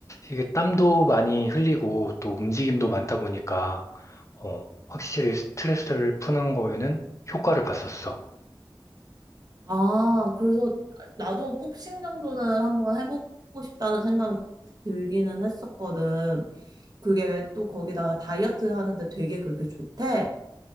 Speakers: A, on the left (about 35°); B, on the right (about 50°).
A: 이게 땀도 많이 흘리고, 또 움직임도 많다 보니까, 어, 확실히 스트레스를 푸는 거에는 효과를 봤었어.
B: 아, 그래서 나도 복싱 정도는 한번 해보고 싶다는 생각은 들기는 했었거든. 그게 또 거기다가 다이어트 하는데 되게 그렇게 좋대.